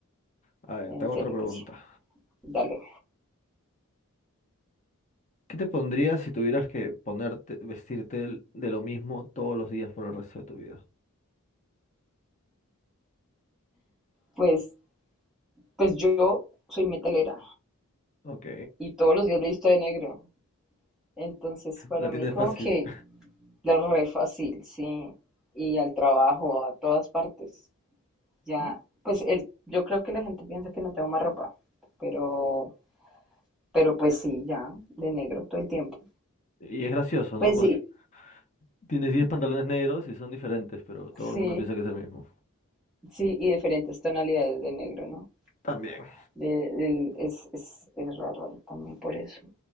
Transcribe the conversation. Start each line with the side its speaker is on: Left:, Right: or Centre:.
Left: A ver,
Centre: En
Left: te hago
Centre: serio
Left: otra pregunta.
Centre: que sí. Dale.
Left: ¿Qué te pondrías si tuvieras que ponerte, vestirte del- de lo mismo todos los días por el resto de tu vida?
Centre: Pues, pues yo soy metalera
Left: Ok,
Centre: y todos los días me he visto de negro. Entonces, para
Left: la
Centre: mí
Left: tienes
Centre: como
Left: fácil.
Centre: que es re fácil, sí. Y al trabajo, a todas partes. Ya,
Left: <laughs>
Centre: pues el, yo creo que la gente piensa que no tengo más ropa, pero, pero pues sí, ya, de negro todo el tiempo.
Left: Y es gracioso,
Centre: Pues
Left: ¿no? Porque
Centre: sí,
Left: tienes 10 pantalones negros y son diferentes, pero todo
Centre: sí,
Left: el mundo piensa que es el mismo.
Centre: sí, y diferentes tonalidades de negro, ¿no?
Left: También.
Centre: De, del- es, es, es raro ahí también por eso.